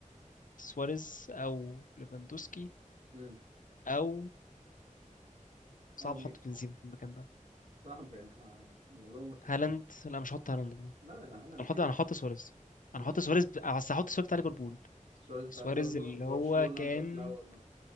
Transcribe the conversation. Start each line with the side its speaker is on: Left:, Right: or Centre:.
Left: سواريز او ليفاندوسكي
Right: امم
Left: او
Right: او
Left: صعب
Right: مين
Left: احط بنزيما في المكان ده
Right: صعب يعني ه- الموضوع مصعب
Left: هالاند لا مش هحط هالاند انا
Right: لا لا هالاند
Left: هحط
Right: ايه
Left: انا هحط سواريز انا
Right: مم.
Left: هحط سواريز ب- بس هحط سواريز بتاع ليفربول
Right: سواريز بتاع
Left: سواريز
Right: ليفربول
Left: اللي
Right: وبرشلونة
Left: هو كان
Right: اللي في الأول مثلا